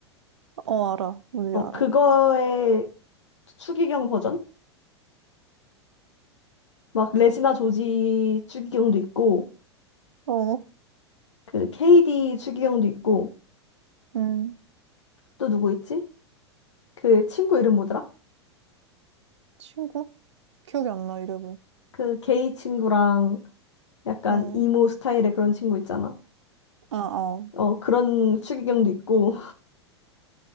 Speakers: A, on the right; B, on the left.
A: 어, 알아. 뭔지
B: 어,
A: 알아.
B: 그거의 추기경 버전? 막 레지나 조지 추기경도 있고
A: 어,
B: 그 KD 추기경도 있고
A: 음,
B: 또 누구 있지? 그 친구 이름 뭐더라?
A: 친구? 기억이 안 나, 이름은.
B: 그 게이 친구랑 약간
A: 음,
B: 이모 스타일의 그런 친구 있잖아.
A: 아, 어.
B: 어, 그런 추기경도 있고